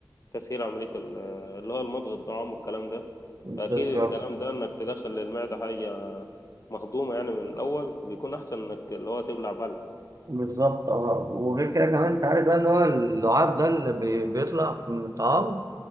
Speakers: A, on the left (about 45°); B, on the right (about 50°).
A: تسهيل عملية ال... اللي هو المضغ الطعام والكلام ده
B: بالظبط
A: فاكيد الكلام ده انك تدخل للمعدة حاجة مهضومة يعني من الاول بيكون احسن انك اللي هو تبلع بلع
B: بالظبط اه وغير كده كمان أنت عارف بقى إن هو اللعاب ده اللي بي... بيطلع من الطعام